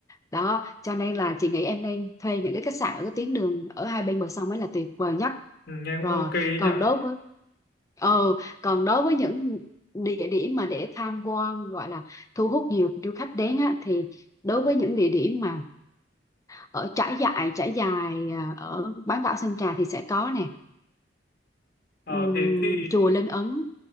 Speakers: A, on the left; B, on the left.
A: đó cho nên là chị nghĩ em nên thuê những cái khách sạn ở cái tuyến đường ở hai bên bờ sông mới là tuyệt vời nhất
B: Ừ, nghe cũng
A: rồi
B: ok ấy
A: còn
B: nhỉ
A: đối với ờ còn đối với những địa điểm mà để tham quan gọi là thu hút nhiều du khách đến á thì đối với những địa điểm mà ở trải dài trải dài à, ở bán đảo Sơn Trà thì sẽ có nè
B: Ờ,
A: ừm,
B: thế thì
A: chùa Linh Ứng